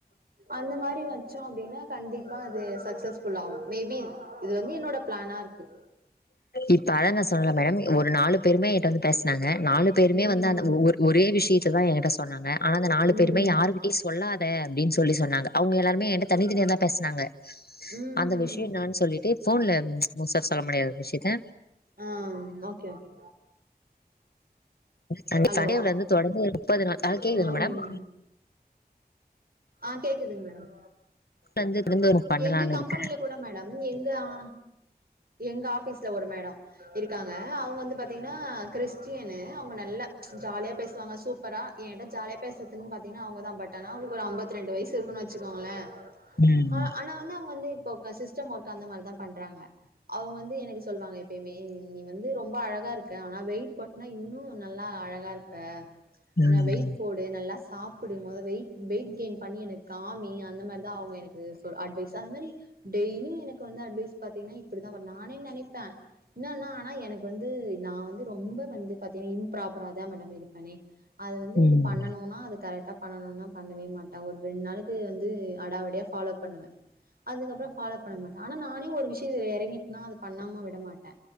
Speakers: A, on the right; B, on the left.
A: அந்த மாரி வன் சோ அப்டினா கண்டிப்பா அது சக்சஸ்ஃபுல் ஆவு மேபி இது வந்து என்னோட பிளானாருக்கு
B: இப்ப அதா நா சொன்னல மேடம் ஒரு நாலுப் பேருமே என்ட்ட வந்து பேச்னாங்க நாலுப் பேருமே
A: ம்
B: வந்து அந்த ஒ ஒர் ஒரே விஷியத்த தா எங்கிட்ட சொன்னாங்க ஆனா அந்த நாலு
A: ம்
B: பேருமே யாருகிட்டியுச் சொல்லாதே அப்டின் சொல்லி சொன்னாங்க அவுங்க எல்லாருமே என்ட்ட தனித் தனியாதா பேச்னாங்க
A: ம்
B: அந்த விஷ்ய என்னான் சொல்லிட்டு ஃபோன்ல முழுசா சொல்ல முடியாது விஷ்யத்த
A: ஆம் ஓகே ஓகே
B: சண்டே
A: ஹலோ
B: சண்டேவுலந்து தொடர்ந்து முப்பது நாள் ஹலோ கேக்குதுங்ளா
A: ம்
B: மேடம்
A: ஆ கேக்குதுங் மேடம்
B: வந்து இருந்து பண்ணலான்னு
A: எங்க கம்பெனில
B: இருக்கே
A: கூட மேடம் எங்க ஆ எங்க ஆபீஸ்ல ஒரு மேடோ இருக்காங்க அவுங்க வந்து பாத்தீங்னா கிறிஸ்டியனு அவுங்க நல்ல ஜாலியா பேசுவாங்க சூப்பரா என்ட ஜாலியா பேசற்துன் பாத்தீங்னா அவுங்கதா பட் ஆனா அவுங்களுக்கு ஒரு அம்பத் திரெண்டு வயசு இருக்குன் வச்சுகோங்ளே
B: ம்
A: ஆ ஆனா வந்து அவுங்க வந்து இப்ப கசிஸ் டம் ஒர்க் அந்த மாரிதா பண்றாங்க அவுங்க வந்து எனக்கு சொல்வாங்க எப்பியுமே நீ வந்து ரொம்ப அழகா இருக்க ஆனா வெயிட் போட் னா இன்னு நல்லா அழகாருப்ப
B: ம்
A: ந வெயிட் போடு நல்லா சாப்பிடு மொத வெயிட் வெயிட் கெயின் பண்ணி எனக் காமி அந்த மாரிதா அவுங்க எனக்கு சொல் அட்வைஸ் அந்த மாரி டெய்லியு எனக்கு வந்து அட்வைஸ் பாத்தீங்னா இப்பிடிதா வரு நானே நெனைப்பே இன்னானா ஆனா எனக்கு வந்து நா வந்து ரொம்ப வந்து பாத்தீங்க இம்ப்ராப்பரா தா மேடம் இருப்பனே அத வந்து
B: ம்
A: இது பண்ணனுனா அது கரெட்டா பண்ணனுனா பண்ணவே மாட் ட ஒரு ரெண் நாளுக்கு வந்து அடாவடியா ஃபாலோ பண்ணுவ அதுக்கப்புற ஃபாலோ பண்ண மாட் ஆனா நானே ஒரு விஷ்யதில எறங்கிட்னா அது பண்ணாம விட மாட்ட